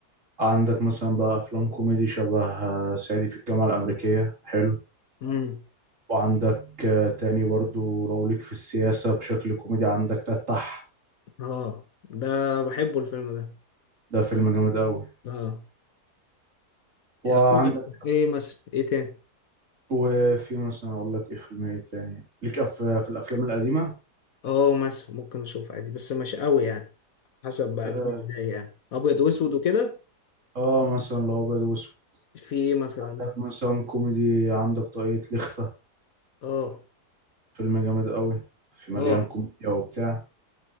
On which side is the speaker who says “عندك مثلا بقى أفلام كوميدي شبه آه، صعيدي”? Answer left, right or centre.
Right